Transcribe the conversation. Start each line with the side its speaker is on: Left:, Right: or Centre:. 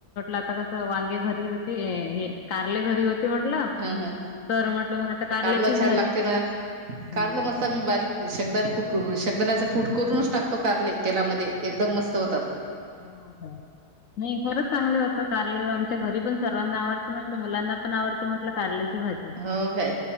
Left: आता कस वांगे घरी होते हे कारले घरी होते. म्हटलं
Right: हम् हम्
Left: तर म्हटलं मग आता कारल्याचीच
Right: कारलं छान
Left: भाजी
Right: लागते
Left: कर
Right: ना.
Left: हम्म
Right: कारल मस्त आम्ही बारीक शेंगदान कुठून कुट करूनच टाकतो कारले तेलामध्ये एकदम मस्त होतात
Left: हो नाही खरच चांगले होत कारले आमच्या घरी पण सर्वांना आवडते. म्लाना पण आवड म्हट कारची भाजी
Right: हो काय